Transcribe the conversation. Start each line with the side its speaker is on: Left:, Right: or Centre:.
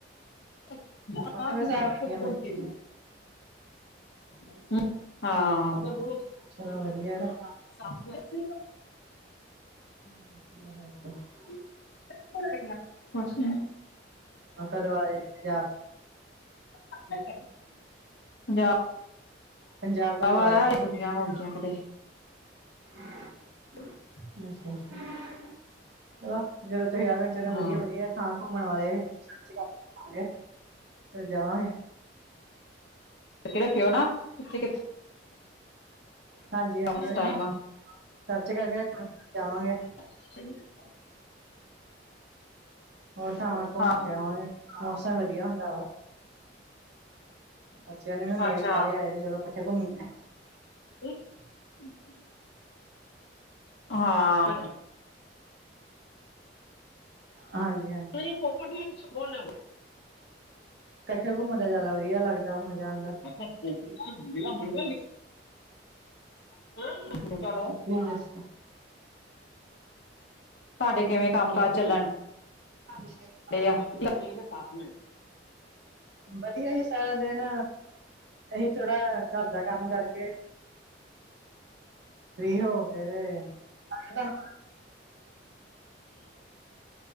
Left: <unintelligible>
Right: ਮੌਸਮ ਦੇ ਹਿਸਾਬ ਨਾਲ ਮਿਲ ਜਾਂਦੀਆਂ
Left: ਹਾਂ
Right: ਚਲੋ ਵਧੀਆ ਵਾ।
Left: ਸ <unintelligible>
Right: <unintelligible>
Left: <unintelligible>
Right: ਕਦੋਂ ਆ ਰੇ ਪੰਜਾਬ?
Left: <unintelligible>
Right: ਪੰਜਾਬ ਕਦੋਂ
Left: ਆਵਾਂਗੇ
Right: ਆ ਰਹੇ
Left: ਛੁੱਟੀਆਂ ਹੋਨਗੀਆਂ ਕਿਤੇ
Right: <inaudible>
Left: <inaudible>
Right: ਜੇ ਅੱਛਾ, ਜਦੋਂ ਤੁਸੀ ਆਜੋ ਏਥੇ
Left: ਹਾਂ
Right: ਵਧੀਆ- ਵਧੀਆ ਥਾਂ ਘੁੰਮਣ ਵਾਲੇ। <unintelligible> ਫੇਰ ਜਾਵਾਂਗੇ
Left: ਰੱਖਿਓ ਨਾ ਕਿੱਥੇ-ਕਿਥੇ
Right: ਹਾਂਜੀ-ਹਾਂਜੀ।
Left: ਉਸ
Right: ਹੁਨੇ
Left: ਟਾਈਮ
Right: ਨਾ ਚਾਚੇ ਘਰ ਆਂਵਾਂਗੇ
Left: <unintelligible>
Right: ਹੋਰ ਥਾਵਾਂ
Left: ਹਾਂ
Right: ਘੁੰਮ ਕੇ ਆਵਾਂਗੇ, ਮੌਸਮ ਵਧੀਆ ਹੁੰਦਾ ਵਾ। ਬੱਚੇਆਂ ਨੂੰ ਵੀ ਹੁੰਦਾ
Left: ਅੱਛਾ
Right: ਕਿ ਸਾਰੇ ਆਏ ਦੇ ਚਲੋ ਕੱਠੇ ਘੁੰਮੀਏ।
Left: <inaudible> ਹਾਂ
Right: ਹਾਂਜੀ- ਹਾਂਜੀ।
Left: <unintelligible>
Right: ਕੱਠੇ ਘੁੰਮਣ ਦਾ ਜਾਦਾ ਵਧੀਆ ਲੱਗਦਾ ਵਾ, ਮਜਾ ਆਂਦਾ।
Left: <unintelligible>
Right: <unintelligible>
Left: ਤਾਡੇ ਕਿਵੇਂ ਕੰਮ ਕਾਜ ਚੱਲਣ
Right: ਹਾਂਜੀ।
Left: <unintelligible>
Right: ਵਧੀਆ ਜੀ, ਸਾਰਾ ਦਿਨ ਅਸੀਂ ਥੋੜਾ ਘਰ ਦਾ ਕੰਮ ਕਰਕੇ ਫਰੀ ਹੋ ਕੇ ਤੇ <unintelligible>